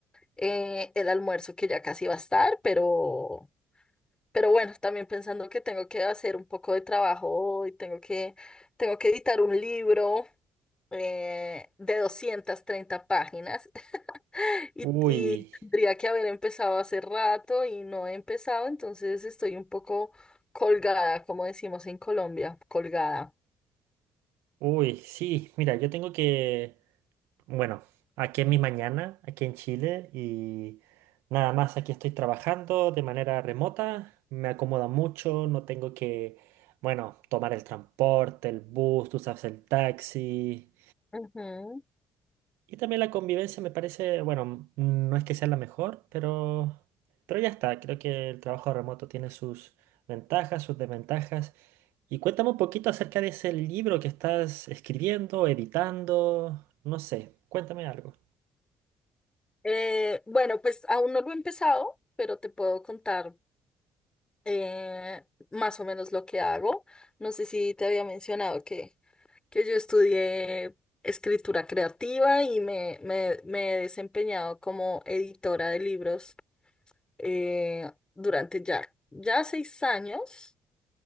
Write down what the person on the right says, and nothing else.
Uy,
uy, sí, mira, yo tengo que Bueno, aquí en mi mañana, aquí en Chile, y nada más aquí estoy trabajando de manera remota, me acomoda mucho, no tengo que, bueno, tomar el transporte, el bus, tú sabes, el taxi.
Y también la convivencia me parece, bueno, no es que sea la mejor, pero, pero ya está, creo que el trabajo remoto tiene sus ventajas, sus desventajas. Y cuéntame un poquito acerca de ese libro que estás escribiendo, editando, no sé, cuéntame algo.